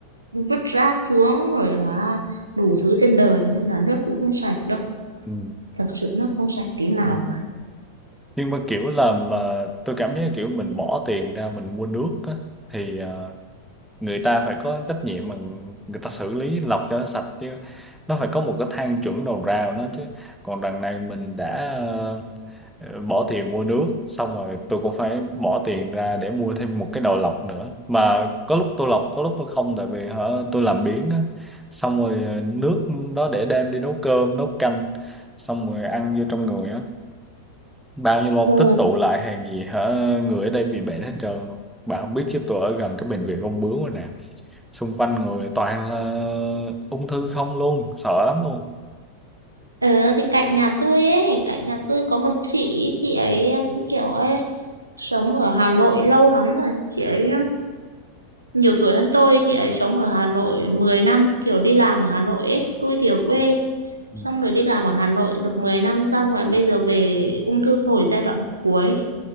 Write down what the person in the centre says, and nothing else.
Ừ.
ừ
nhưng mà kiểu là mà tôi cảm thấy kiểu mình bỏ tiền ra mình mua nước á, thì ờ, người ta phải có trách nhiệm mà người ta xử lý lọc cho nó sạch chứ nó phải có một cái thang chuẩn đầu ra của nó chứ còn đằng này mình đã ờ, bỏ tiền mua nước xong rồi tôi cũng phải bỏ tiền ra để mua thêm một cái đầu lọc nữa mà có lúc tôi lọc có lúc tôi không tại vì hả, tôi làm biếng á xong rồi ờ, nước đó để đem đi nấu cơm nấu canh xong rồi ăn vô trong người á bao nhiêu lâu
tích tụ lại hàng gì hả người ở đây bị bệnh hết trơn luôn bà không biết chứ tôi ở gần cái bệnh viện ung bướu rồi nè xung quanh người toàn là ung thư không luôn sợ lắm luôn
ừ.